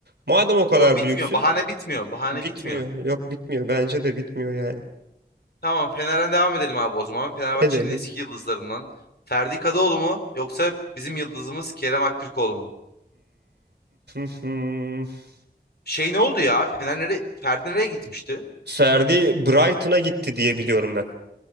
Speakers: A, on the right (about 80°); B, on the left (about 70°).
A: Madem o kadar
B: Yok bitmiyor.
A: büyüksün
B: Bahane bitmiyor. Bahane
A: bitmiyor.
B: bitmiyor.
A: Yok bitmiyor. Bence de bitmiyor yani.
B: Tamam Fener'den devam edelim abi o zaman. Fenerbahçe'nin
A: Edelim.
B: eski yıldızlarından. Ferdi Kadıoğlu mu yoksa bizim yıldızımız Kerem Aktürkoğlu mu?
A: <laughs>
B: Şey ne oldu ya? Fener nereye, Ferdi nereye gitmişti?
A: Ferdi Brighton'a gitti diye biliyorum ben.